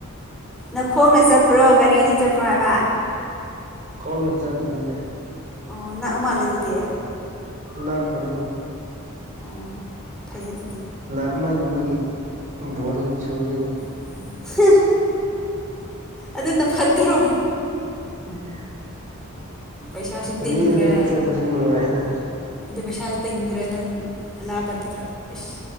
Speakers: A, in the centre; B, on the right.
A: ꯅꯈꯣꯡꯅ ꯆꯠꯄ꯭ꯔꯣ ꯒꯥꯔꯤꯅ ꯆꯠꯄ꯭ꯔꯣ ꯍꯥꯏꯕ
B: ꯈꯣꯡꯅ ꯆꯠꯄꯅꯤꯅ
A: ꯑꯣ ꯅꯥꯛꯎ ꯃꯥꯜꯂꯦ ꯑꯗꯨꯗꯤ
B: ꯂꯥꯛꯀꯅꯤ
A: ꯑꯣ ꯐꯩꯌꯦ ꯑꯗꯨꯗꯤ
B: ꯂꯥꯛꯃꯟꯕꯒꯤ ꯕꯣꯔꯤꯡ ꯆꯨꯔꯤꯅꯤ
A: <unintelligible> ꯑꯗꯨꯅ ꯐꯠꯇ꯭ꯔꯣ
B: <unintelligible>
A: ꯄꯩꯁꯥꯁꯨ
B: ꯂꯦꯜꯂꯒ
A: ꯇꯤꯡꯗ꯭ꯔꯦ
B: ꯆꯠꯄꯁꯨ ꯅꯨꯡꯉꯥꯏꯅ
A: ꯑꯗꯨ ꯄꯩꯁꯥ ꯇꯤꯡꯗ꯭ꯔꯦ ꯅꯪ ꯂꯥꯞꯄꯗꯤ ꯏꯁ